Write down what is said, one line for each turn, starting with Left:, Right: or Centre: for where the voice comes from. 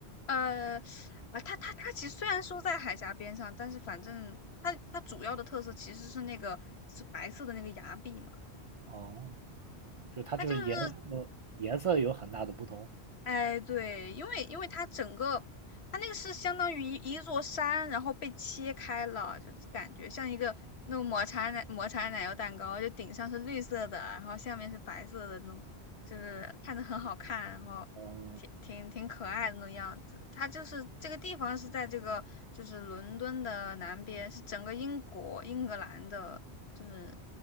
Left: 呃，啊，它它它其实虽然说在海峡边上，但是反正它它主要的特色其实是那个是白色的那个崖壁嘛，
Right: 哦，就它就是颜色颜色有很大的不同。
Left: 它就是哎，对，因为因为它整个，它那个是相当于一一座山，然后被切开了，就是感觉像一个那种抹茶奶抹茶奶油蛋糕，就顶上是绿色的，然后下面是白色的那种，就是看着很好看，然后挺挺挺可爱的那种样子。
Right: 哦
Left: 它就是这个地方是在这个就是伦敦的南边，是整个英国英格兰的，就是